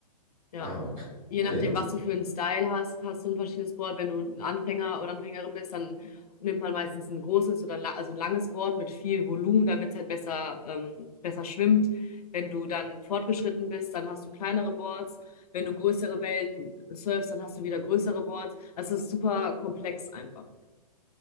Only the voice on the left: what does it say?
ja.
je
nachdem,
was du für einen Style hast, hast du ein verschiedenes Board. Wenn du ein Anfänger oder Anfängerin bist, dann nimmt man meistens ein großes oder la- also ein langes Board mit viel Volumen, damit es halt besser, ähm, besser schwimmt. Wenn du dann fortgeschritten bist, dann hast du kleinere Boards. Wenn du größere Wellen surfst, dann hast du wieder größere Boards. Also es ist super komplex einfach.